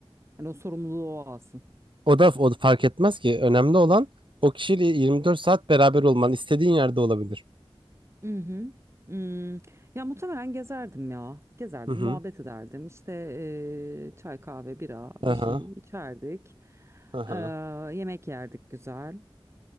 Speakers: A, on the right; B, on the right.
A: Hani o sorumluluğu o alsın.
B: O da o da fark etmez ki. Önemli olan o kişiyle 24 saat beraber olman. İstediğin yerde olabilir.
A: Hı hı. Hmm. Ya muhtemelen gezerdim ya. Gezerdim,
B: Hı hı.
A: muhabbet ederdim. İşte eee, çay, kahve, bira bir
B: Hı hı.
A: şey içerdik.
B: Hı hı.
A: Eee, yemek yerdik güzel.